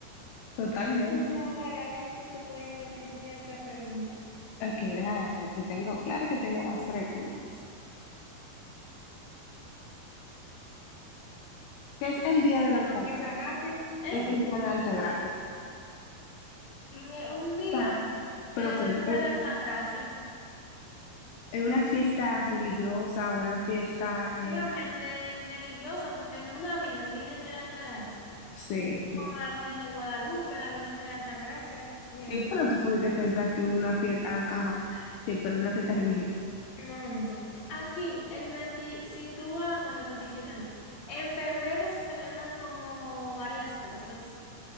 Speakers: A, on the left (about 75°); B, on the left (about 50°).
A: Totalmente.
B: Dale, dale, a ver si tú te puedes invertir, tú tienes otra pregunta.
A: Ok, déjame ver que tengo, claro que tengo más preguntas. que es el Día de la Altagracia,
B: ¿Lo piensas rápido? ¿Eh?
A: que es el Día de la Altagracia.
B: En, eh, un día
A: O sea, Pero
B: que se
A: que
B: celebra
A: es
B: la Altagracia.
A: es una fiesta religiosa, una fiesta, eh,
B: Obviamente religiosa, porque no una virgen, Virgen de la Altagracia.
A: sí, sí.
B: Como la Virgen de Guadalupe, la Virgen de la Altagracia, obviamente.
A: Sí, pero tú pudiste pensar que una fiesta, caja, sí, pero una fiesta religiosa.
B: No, no. Aquí, el 20, si tú vas, bueno, el 27 no. En febrero se celebran como varias cosas.